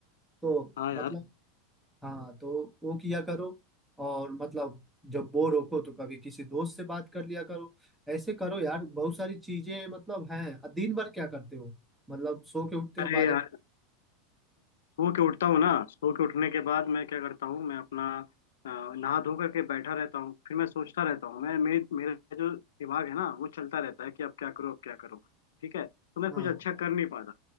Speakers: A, in the centre; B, on the left (about 85°).
A: तो
B: हाँ यार
A: मतलब हाँ तो वो किया करो और मतलब जब बोर हो तो कभी किसी दोस्त से बात कर लिया करो ऐसे करो यार बहुत सारी चीजें मतलब हैं दिन भर क्या करते हो मतलब सो के उठते
B: अरे
A: हो बारे
B: यार सो के उठता हूँ ना सो के उठने के बाद मैं क्या करता हूँ मैं अपना अ, नहा धो करके बैठा रहता हूँ फिर मैं सोचता रहता हूँ मैं मेरे मेरा जो दिमाग है ना वो चलता रहता है कि अब क्या करो अब क्या करो ठीक है तो मैं
A: हाँ
B: कुछ अच्छा कर नहीं पाता